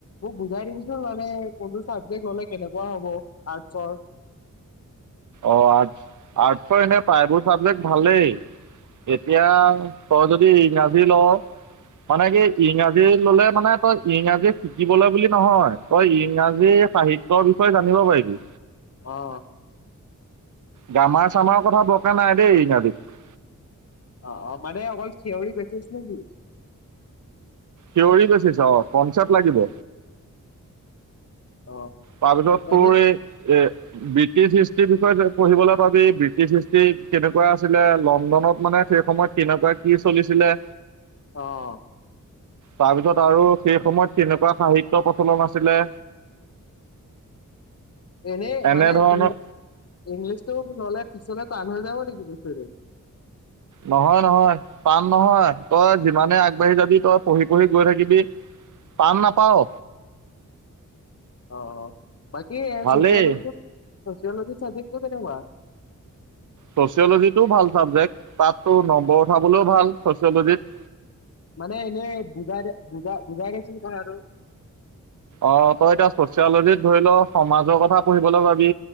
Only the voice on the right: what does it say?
অ আৰ্ট আৰ্টছৰ এনে প্ৰায়বোৰ চাবজেক্ট ভালেই এতিয়া তই যদি ইংৰাজী ল মানে কি ইংৰাজী ললে মানে তই ইংৰাজী শিকিবলৈ বুলি নহয় তই ইংৰাজী সাহিত্যৰ বিষয়ে জানিব পাৰিবি
গামাৰ চামাৰ কথা বকা নাই দেই ইংৰাজীত
থিউৰি বেছিছ অ কনছেপ্ত লাগিব
তাৰপিছত তোৰ
এই এ ব্ৰিটিছ ইষ্ট বিষয়ে পঢ়িবলৈ ভাবি ব্ৰিটিছ হিষ্ট্ৰী কেনেকোৱা আছিলে লণ্ডনত মানে সেই সময়ত কেনেকোৱা কি চলিছিলে
তাৰপিছত আৰু সেই সময়ত কেনেকোৱা সাহিত্যৰ প্ৰচলন আছিলে
এনেধৰণৰ
নহয় নহয় টান নহয় তই যিমানে আগবাঢ়ি যাবি তই পঢ়ি পঢ়ি গৈ থাকিবি টান নাপাও
ভালেই
চচিয়লজিটোও ভাল চাবজেক্ট তাততো নম্বৰ উঠাবলৈও ভাল চ'চিঅলজিত
অ তই এতিয়া চচিয়লজিত ধৰি ল সমাজৰ কথা পঢ়িবলৈ পাবি